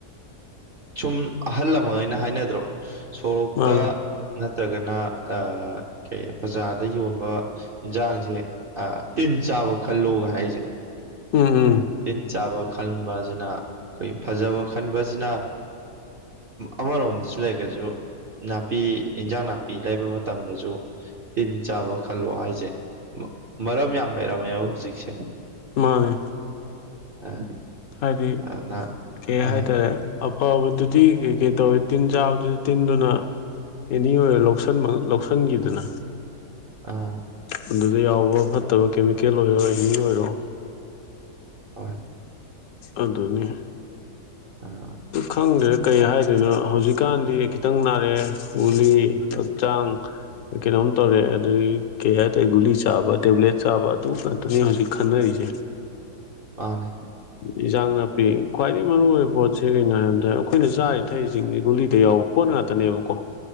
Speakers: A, on the right; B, on the left.
A: ꯁꯨꯝ ꯑꯍꯜ ꯑꯃ ꯑꯣꯏꯅ ꯍꯥꯏꯅꯗ꯭ꯔꯣ ꯁꯣꯔꯣꯛꯇ
B: ꯃꯥꯅꯦ
A: ꯅꯠꯇ꯭ꯔꯒꯅ ꯀꯩ ꯕꯖꯥꯔꯗ ꯌꯣꯟꯕ ꯏꯟꯁꯥꯡ ꯁꯦ ꯇꯤꯟ ꯆꯥꯕ ꯈꯜꯂꯣꯒ ꯍꯥꯏꯁꯦ
B: ꯎꯝ ꯎꯝ
A: ꯇꯤꯟ ꯆꯥꯕ ꯈꯟ ꯑꯁꯤꯅ ꯑꯩꯈꯣꯏ ꯐꯖꯕ ꯈꯟꯕꯁꯤꯅ ꯑꯃꯔꯣꯝꯗꯁꯨ ꯂꯩꯒꯁꯨ ꯅꯥꯄꯤ ꯏꯟꯖꯥꯡ ꯅꯥꯄꯤ ꯂꯩꯕ ꯃꯇꯝꯗꯁꯨ ꯇꯤꯟ ꯆꯥꯕ ꯈꯜꯂꯣ ꯍꯥꯏꯁꯦ ꯃꯔꯝ ꯌꯥꯝ ꯂꯩꯔꯝꯃꯦꯕ ꯍꯧꯖꯤꯛꯁꯦ
B: ꯃꯥꯅꯦ
A: ꯑ
B: ꯍꯥꯏꯗꯤ
A: ꯑꯗꯨꯅ
B: ꯀꯩ
A: ꯑꯥ
B: ꯍꯥꯏꯇꯥꯔꯦ ꯑꯐꯕꯗꯨꯗꯤ ꯀꯩ ꯀꯩ ꯇꯧꯋꯤ ꯇꯤꯟ ꯆꯥꯕꯗꯨꯗꯤ ꯇꯤꯟꯗꯨꯅ ꯑꯦꯅꯤ ꯑꯣꯏꯔ ꯂꯧꯟꯕ ꯂꯧꯁꯤꯟꯈꯤꯗꯅ
A: ꯑꯥ
B: ꯑꯗꯨꯗ ꯌꯥꯎꯕ ꯐꯠꯇꯕ ꯀꯦꯃꯤꯀꯦꯜ ꯑꯣꯏꯔꯣ ꯑꯦꯅꯤ ꯑꯣꯏꯔꯣ
A: ꯍꯣꯏ
B: ꯑꯗꯨꯅꯤ
A: ꯑꯣ
B: ꯈꯪꯗ꯭ꯔꯦꯗ ꯀꯩ ꯍꯥꯏꯗꯣꯏꯅꯣ ꯍꯧꯖꯤꯛꯀꯥꯟꯗꯤ ꯈꯤꯇꯪ ꯅꯥꯔꯛꯑꯦ ꯒꯨꯂꯤ ꯍꯛꯆꯥꯡ ꯀꯩꯅꯣꯝ ꯇꯧꯔꯦꯗꯒꯤ ꯀꯩ ꯍꯥꯏꯇꯥꯔꯦ ꯒꯨꯂꯤ ꯆꯥꯕ ꯇꯦꯕ꯭ꯂꯦꯠ ꯆꯥꯕ ꯑꯗꯨ ꯇꯅꯤ ꯍꯧꯖꯤꯛ ꯈꯟꯅꯔꯤꯁꯦ
A: ꯃꯥꯅꯦ
B: ꯏꯟꯖꯥꯡ ꯅꯥꯄꯤ ꯈ꯭ꯋꯥꯏꯗꯒꯤ ꯃꯔꯨ ꯑꯣꯏꯕ ꯄꯣꯠꯁꯦ ꯀꯩꯅꯣ ꯍꯥꯏꯕꯗ ꯑꯩꯈꯣꯏꯅ ꯆꯥꯔꯤꯊꯩꯁꯤꯡꯁꯦ ꯒꯨꯂꯤꯗ ꯌꯥꯎꯕ ꯄꯣꯠ ꯉꯥꯛꯇꯅꯦꯕꯀꯣ